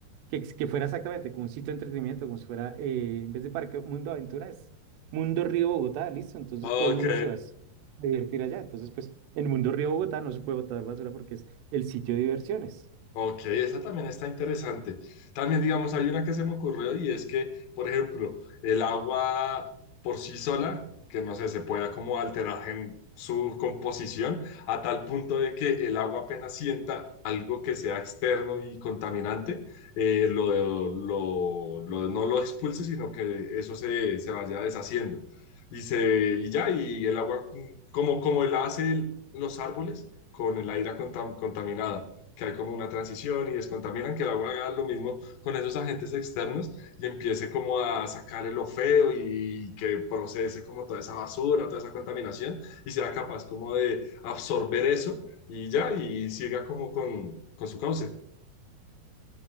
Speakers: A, on the right (about 80°); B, on the left (about 65°).
A: que, ex- que fuera exactamente como un sitio de entretenimiento, como si fuera, eh, en vez de parque, Mundo Aventuras, Mundo Río Bogotá, listo. Entonces
B: Ok.
A: todo el mundo se va a s- a divertir allá. Entonces, pues en Mundo Río Bogotá no se puede botar basura porque es el sitio de diversiones.
B: Ok, esa también está interesante. También, digamos, hay una que se me ocurrió y es que, por ejemplo, el agua por sí sola, que no sé, se pueda como alterar en su composición a tal punto de que el agua apenas sienta algo que sea externo y contaminante, eh, lo, lo- lo- no lo expulse, sino que eso se, se vaya deshaciendo. Y, se, y ya, y el agua, mm, como, como la hace el- los árboles con el aire contam- contaminado que hay como una transición y descontaminan, que la agua haga lo mismo con esos agentes externos y empiece como a sacarle lo feo y que procese como toda esa basura, toda esa contaminación y sea capaz como de absorber eso y ya, y siga como con, con su cauce.